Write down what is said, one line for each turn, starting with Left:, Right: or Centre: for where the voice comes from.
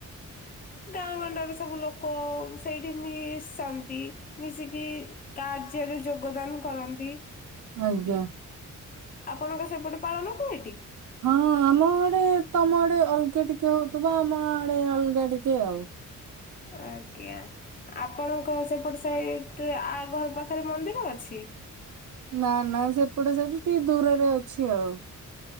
Left: ଗାଁ ଗଣ୍ଡାରୁ ସବୁ ଲୋକ ସେଇଠି ମିଶନ୍ତି ମିଶିକି କାର୍ଯ୍ୟରେ ଯୋଗଦାନ କରନ୍ତି
Right: ଆଜ୍ଞା।
Left: ଆପଣଙ୍କ ସେପଟେ ପାଳନ ହୁଏ ଟି?
Right: ହଁ ଆମ ଆଡେ ତମ ଆଡେ ଅଲଗା ଟିକେ ହଉଥିବ ଆମ ଆଡେ ଅଲଗା ଟିକେ ଆଉ।
Left: ଆଜ୍ଞା ଆପଣଙ୍କ ସେପଟେ ସାଇଟରେ ଆ ଘର ପାଖରେ ମନ୍ଦିର ଅଛି?
Right: ନା ନା ସେପଟେ ସାଇଟ୍ ଟିକେ ଦୂରରେ ଅଛି ଆଉ।